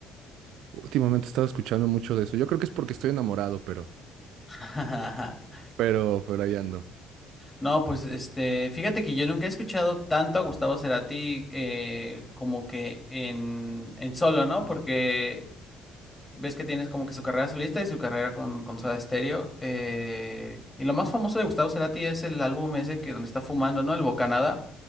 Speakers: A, on the right; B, on the left.
A: Últimamente he estado escuchando mucho de eso. Yo creo que es porque estoy enamorado, pero,
B: <laughs>
A: pero, pero ahí ando.
B: No, pues este, fíjate que yo nunca he escuchado tanto a Gustavo Cerati eh, como que en, en solo, ¿no? Porque ves que tienes como que su carrera solista y su carrera con, con Soda Stereo. eh, y lo más famoso de Gustavo Cerati es el álbum ese que donde está fumando, ¿no? El Bocanada.